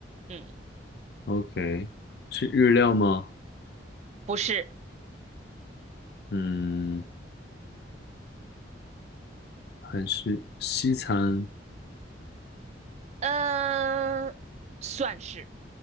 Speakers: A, on the right; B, on the left.
A: 嗯，
B: ，OK，是日料吗？
A: 不是，
B: 嗯，还是西餐
A: 嗯，算是